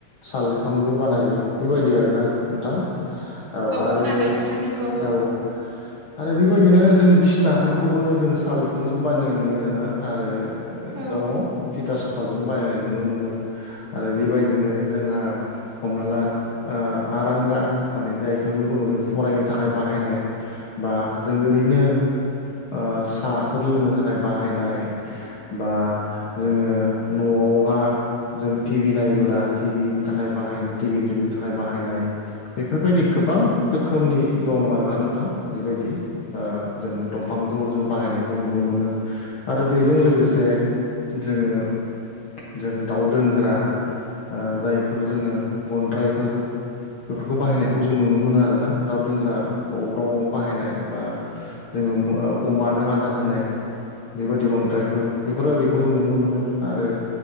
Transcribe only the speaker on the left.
साल बिफांनिबो बानायो बेबायदि आरो ना नोंथां औ आरो
औ आरो बेबायदिनो जों बिसिनाफोरखौबो जों साल बिफांजों बायनाय नुयो आरोना आरो
दङ थिथा सफाजों बायनाय नुनो मोनो आरो बेबायदिनो जोंहा हमना ला ओ आरांगा माने जायखौनो बुङो जों फरायनो थाखाय बाहायनाय बा जों ओरैनो ओ साहाफोर लोंनो थाखाय बाहायनाय बा जोङो न'आव <unintelligible> जों टिभि नायबोला टिभिनि थाखाय बाहाय टिभि <unintelligible> नो थाखाय बाहायनाय बेफोरबायदि गोबां रोखोमनि दं आरोना नोंथां बेबायदि ओ जों दं फांखौ जों बाहायनायखौ नुनो मोनो आरो बेजों लोगोसे जोङो जों दाउ दोनग्रा ओ जायफोर जोङो गनद्रायफोर बेफोरखौ बाहायनायखौ जों नुनो मोनो आरो ना दाउ दोनग्रा अग्रंआव बाहायनाय बा जोङो अमानो आदार होनाय बेबायदि गन्द्राइफोर बेफोरबायदिखौ जों नुनो मोनो आरो